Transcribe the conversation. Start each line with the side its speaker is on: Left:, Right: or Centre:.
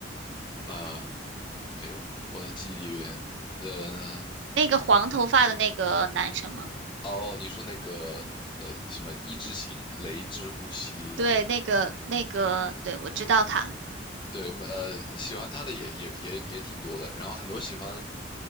Left: 呃，哎呦，我的记忆力有点呃。
Right: 那个黄头发的那个男生吗？
Left: 哦，你说那个呃什么一之型雷之呼吸，
Right: 对，那个那个，对，我知道他。
Left: 对，呃，喜欢他的也也也也挺多的，然后很多喜欢